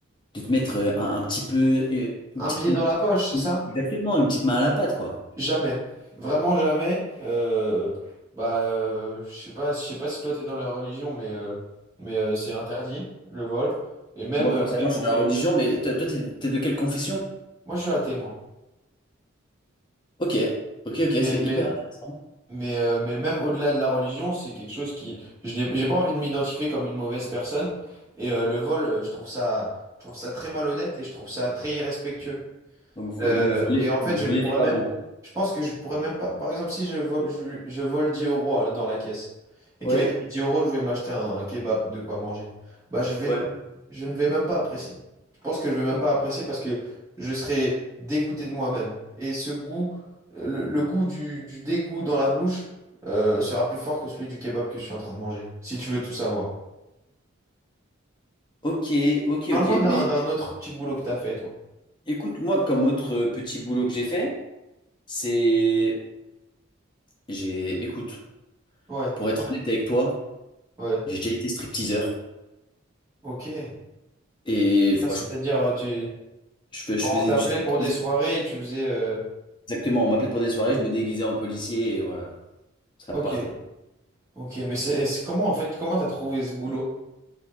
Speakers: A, on the left (about 25°); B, on the right (about 15°).
A: de te mettre euh, un, un petit peu, euh, une
B: Un
A: petite-
B: billet dans la poche, c'est
A: une-
B: ça?
A: exactement, une petite main à la pâte, quoi.
B: Jamais. Vraiment jamais. Euh, bah, euh, je sais pas, je sais pas si toi t'es dans la religion, mais, euh, mais euh, c'est interdit, le vol. Et même,
A: Bon, Moi,
B: euh,
A: personnellement,
B: même pour
A: je suis dans
B: quelqu'un.
A: la religion, mais toi, toi, t'es, t'es de quelle confession?
B: Moi, je suis athée, moi.
A: Ok, ok, ok,
B: Mais,
A: c'est
B: mais,
A: hyper intéressant.
B: mais, euh, mais même au-delà de la religion, c'est quelque chose qui... Je n'ai, j'ai pas envie de m'identifier comme une mauvaise personne. Et euh, le vol, euh, je trouve ça, je trouve ça très malhonnête et je trouve ça très irrespectueux.
A: Donc, vo-
B: Euh,
A: donc voler,
B: et en fait,
A: donc
B: je ne
A: voler
B: pourrais
A: n'est pas
B: même.
A: bon.
B: Je pense que je pourrais même pas. Par exemple, si je vole, je, je vole 10 euros euh, dans la caisse et
A: Ouais,
B: qu'avec les 10 euros, je vais m'acheter un kebab de quoi manger, bah, je vais,
A: ouais.
B: n- je ne vais même pas apprécier. Je pense que je vais même pas apprécier parce que je serai dégoûté de moi-même. Et ce goût, euh, le, le goût du, du dégoût dans la bouche, euh, sera plus fort que celui du kebab que je suis en train de manger, si tu veux tout savoir.
A: Ok, ok,
B: Parle-moi
A: ok.
B: d'un,
A: Mais
B: d'un autre petit boulot que t'as fait, toi.
A: écoute, moi, comme autre euh, petit boulot que j'ai fait, c'est, j'ai, écoute,
B: Ouais,
A: pour être honnête avec toi,
B: ouais,
A: j'ai déjà été stripteaseur
B: ok.
A: et franchement,
B: Ah, C'est-à-dire, euh, tu,
A: je, fais-
B: Quand
A: je faisais
B: on t'appelait
A: du striptease.
B: pour des soirées, tu faisais euh,
A: Exactement, on m'appelait pour des soirées, je me déguisais en policier et voilà, quoi. ça
B: Ok,
A: partait.
B: ok, mais c'est c'est- comment en fait, comment t'as trouvé ce boulot?